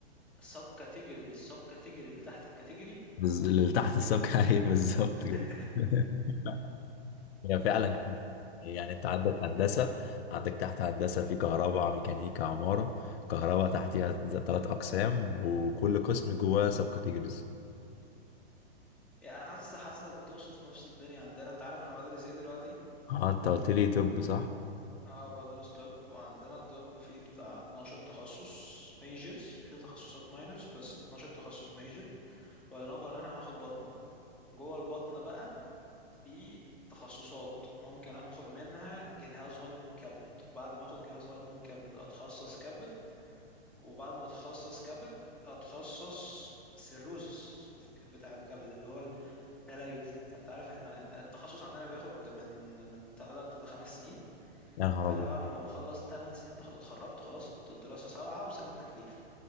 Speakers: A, in the centre; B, on the left (about 70°).
A: سب كاتيجوري للسب كاتيجوري اللي تحت الكاتيجوري
B: بز... اللي تحت السبكة <laughs> أيوه بالظبط
A: <laughs>
B: كده <laughs> هي فعلا يعني انت عندك هندسه عندك تحت هندسه في كهرباء ميكانيكا عماره كهرباء تحتها ثلاث اقسام وكل قسم جواه سب كاتيجوريز
A: يعني انا حاسس حاسسك بتوصف نفس الدنيا عندنا انت عارف انا بدرس ايه دلوقتي
B: اه انت قلت لي طب صح
A: اه بدرس طب وعندنا الطب فيه بتاع 12 تخصص ميجرز فيه تخصصات ماينرز بس 12 تخصص ميجر ولنقل ان احنا هناخد بطنه جوه البطنه بقى في تخصصات ممكن اخد منها جهاز هضمي وكبد وبعد ما اخد جهاز هضمي وكبد اتخصص كبد وبعد ما اتخصص كبد اتخصص سيروزس بتاع الكبد اللي هو التليف فانت عارف احنا التخصص عندنا بياخد من من 3 ل 5 سنين
B: يا نهار
A: فانا
B: ابيض
A: بعد ما بخلص 8 سنين تخ- اتخرجت خلاص الدراسة سبعة وسنة تكليف